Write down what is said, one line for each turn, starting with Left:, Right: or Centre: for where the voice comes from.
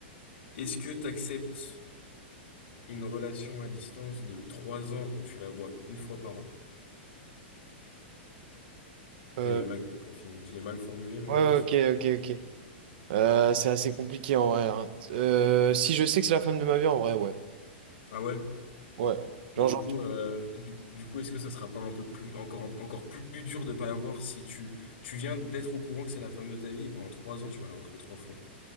Left: Est-ce que tu acceptes une relation à distance de trois ans où tu la vois une fois par an?
Right: Euh,
Left: C'est euh, ma question est finie. Je l'ai mal formulée, mais
Right: ouais,
Left: ma question.
Right: ok, ok, ok. Euh, c'est assez compliqué en vrai. hein. Euh, si je sais que c'est la femme de ma vie, en vrai, ouais.
Left: Ah ouais?
Right: Ouais.
Left: Mais
Right: Genre,
Left: du
Right: genre,
Left: coup, euh, du, du coup, est-ce que ça sera pas un peu plus, encore, encore plus dur de pas la voir si tu, tu viens d'être au courant que c'est la femme de ta vie et pendant trois ans, tu vas la voir que trois fois?